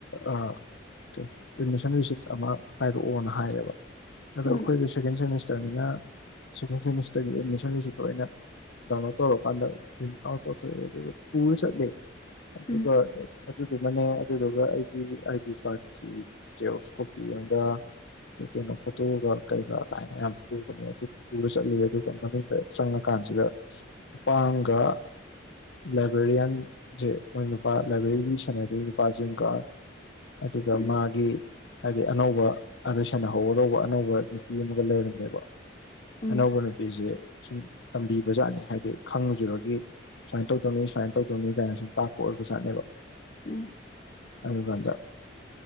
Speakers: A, on the left (about 75°); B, on the left (about 35°).
A: ꯑꯦꯗꯃꯤꯁꯟ ꯔꯤꯁꯤꯠ ꯑꯃ ꯄꯥꯏꯔꯛꯑꯣꯅ ꯍꯥꯏꯌꯦꯕ ꯑꯗꯣ
B: ꯎꯝ
A: ꯑꯩꯈꯣꯏꯗ ꯁꯦꯀꯦꯟꯦꯃꯤꯁꯔ ꯇꯔꯅꯤꯅ ꯁꯦꯀꯦꯟ ꯁꯦꯃꯤꯁꯇꯔꯒꯤ ꯑꯦꯠꯃꯤꯁꯟꯒꯤꯁꯤꯠꯇ ꯑꯩꯅ ꯗꯥꯅ ꯇꯧꯔꯀꯥꯟꯗ ꯑꯥꯎ ꯇꯧꯊꯣꯛꯑꯦ ꯑꯗꯨꯒ ꯄꯨꯔ ꯆꯠꯂꯤ ꯑꯗꯨꯒ
B: ꯎꯝ
A: ꯑꯗꯨꯗꯨꯃꯅꯦ ꯑꯗꯨꯗꯨꯒ ꯑꯩꯒꯤ ꯑꯥꯏ ꯗꯤ ꯀꯥꯔꯠꯀꯤ ꯖꯦꯌꯣꯁ ꯀꯣꯄꯤ ꯑꯃꯒ ꯀꯩꯅꯣ ꯐꯣꯇꯣꯛꯑꯒ ꯀꯩꯒ ꯀꯥꯏꯅ ꯌꯥꯝ ꯄꯨꯕꯅꯦ ꯑꯗꯨ ꯄꯨꯔ ꯆꯠꯂꯤ ꯑꯗꯨꯒ ꯃꯅꯨꯡꯗ ꯆꯪꯉꯀꯥꯟꯗ ꯀꯥꯟꯁꯤꯗ ꯅꯨꯄꯥꯒ ꯂꯥꯏꯕ꯭ꯔꯦꯔꯤꯌꯥꯟꯁꯦ ꯃꯣꯏ ꯅꯨꯄꯥ ꯂꯥꯏꯕ꯭ꯔꯦꯔꯤꯒꯤ ꯁꯥꯟꯅꯗ ꯅꯨꯄꯥꯁꯤꯡ ꯀ ꯑꯗꯨꯒ
B: ꯎꯝ
A: ꯃꯥꯒꯤ ꯍꯥꯏꯗꯤ ꯑꯅꯧꯕ ꯑꯗꯨ ꯁꯦꯅꯍꯧꯒꯗꯧꯕ ꯑꯅꯧꯕ ꯅꯨꯄꯤ ꯑꯃꯒ ꯂꯩꯔꯝꯃꯦꯕ
B: ꯎꯝ
A: ꯑꯅꯧꯕ ꯅꯨꯄꯤꯁꯦ ꯁꯨꯝ ꯇꯝꯕꯤꯕꯖꯥꯠꯅꯤ ꯍꯥꯏꯗꯤ ꯈꯪꯈꯤꯕꯒꯤ ꯁꯨꯃꯥꯏꯅ ꯇꯧꯗꯧꯅꯤ ꯁꯨꯃꯥꯏꯅ ꯇꯧꯗꯧꯅꯤ ꯀꯥꯏꯅ ꯁꯨꯝ ꯇꯥꯛꯄ ꯑꯣꯏꯕꯖꯥꯠꯅꯦꯕ
B: ꯎꯝ
A: ꯑꯗꯨꯀꯥꯟꯗ